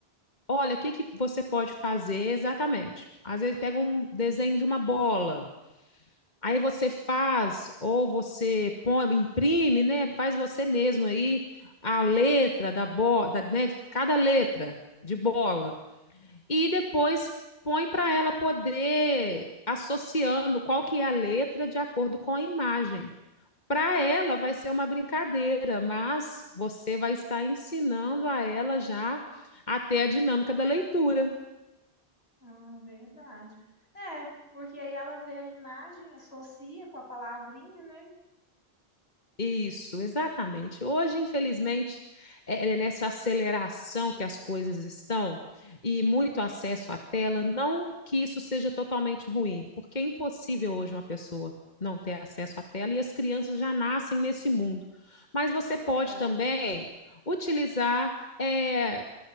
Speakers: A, on the left; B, on the left.
A: Olha, o que que você pode fazer exatamente? Às vezes pega um desenho de uma bola, aí você faz, ou você põe, imprime, né? Faz você mesmo aí a letra da bola, né? Cada letra de bola. e depois põe para ela poder associando qual que é a letra de acordo com a imagem. Para ela vai ser uma brincadeira, mas você vai estar ensinando a ela já até a dinâmica da leitura.
B: Hum, verdade. É, porque aí ela vê a imagem, associa com a palavrinha, né?
A: Isso, exatamente. Hoje, infelizmente, é é nessa aceleração que as coisas estão e muito acesso à tela, não que isso seja totalmente ruim, porque é impossível hoje uma pessoa não ter acesso à tela e as crianças já nascem nesse mundo. Mas você
B: Verdade.
A: pode também utilizar é,